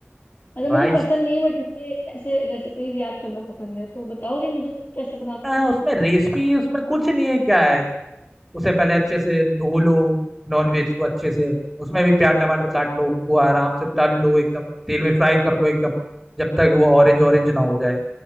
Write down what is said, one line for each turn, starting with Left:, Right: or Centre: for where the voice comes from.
Left: अच्छा मुझे
Centre: राइस
Left: पसंद नहीं है बट मुझे ऐसे रेसिपीज याद करना पसंद है तो बताओगे मुझे तुम कैसे बनाते
Centre: आ,
Left: हो
Centre: उसमें रेसिपी उसमें कुछ नहीं है क्या है उसे पहले अच्छे से धो लो नॉन वेज को अच्छे से उसमें भी प्याज टमाटर काट लो उनको आराम से तल लो एकदम तेल में फ्राई कर लो एकदम जब तक वो ऑरेंज ऑरेंज ना हो जाए